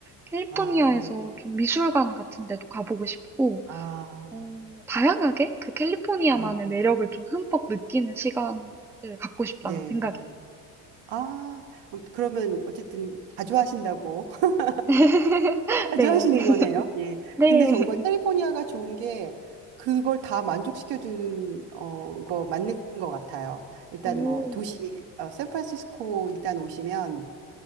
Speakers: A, in the centre; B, on the right.
A: 캘리포니아에서
B: 아,
A: 좀 미술관 같은 데도 가보고 싶고
B: 아.
A: 어, 다양하게 그 캘리포니아만의
B: 아,
A: 매력을 좀 흠뻑 느끼는 시간을 갖고 싶다는
B: 네.
A: 생각이에요.
B: 아, 그 그러면 어쨌든 다 좋아하신다고 <laughs>
A: <laughs>
B: 다
A: 네.
B: 좋아하시는 거네요. 예.
A: 네.
B: 근데 정말 캘리포니아가
A: <laughs>
B: 좋은 게 그걸 다 만족시켜주는 어, 거 맞는 것 같아요. 일단
A: 오
B: 뭐 도시 어, 샌프란시스코 일단 오시면